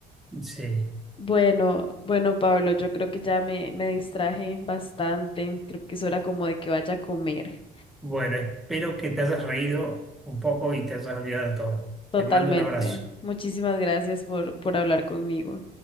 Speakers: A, in the centre; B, on the left.
A: Sí.
B: Bueno, bueno, Pablo, yo creo que ya me, me distraje bastante, creo que es hora como de que vaya a comer.
A: Bueno, espero que te hayas reído un poco y te hayas olvidado de todo.
B: Totalmente.
A: Te mando un abrazo.
B: Muchísimas gracias por, por hablar conmigo.